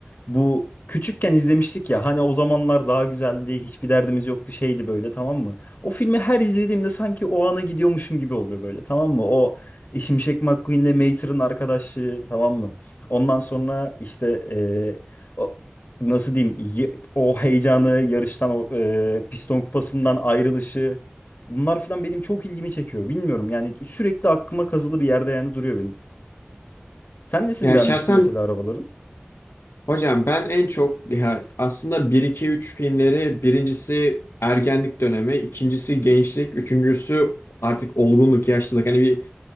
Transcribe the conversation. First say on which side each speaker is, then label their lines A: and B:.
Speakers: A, on the left (about 50°); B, on the left (about 85°).
A: Bu küçükken izlemiştik ya hani o zamanlar daha güzeldi hiçbir derdimiz yoktu şeydi böyle tamam mı? O filmi her izlediğimde sanki o ana gidiyormuşum gibi oluyor böyle tamam mı? O e, Şimşek McQueen'le Mater'ın arkadaşlığı tamam mı? Ondan sonra işte eee, o, nasıl diyeyim ye- o heyecanı yarıştan o eee, piston kupasından ayrılışı bunlar falan benim çok ilgimi çekiyor. Bilmiyorum yani sürekli aklıma kazılı bir yerde yani duruyor benim. Sen nesini
B: Yani
A: beğenmiştin
B: şahsen
A: mesela arabaların?
B: Hocam ben en çok ya aslında bir iki üç filmleri birincisi ergenlik dönemi, ikincisi gençlik, üçüncüsü artık olgunluk, yaşlılık. Hani bir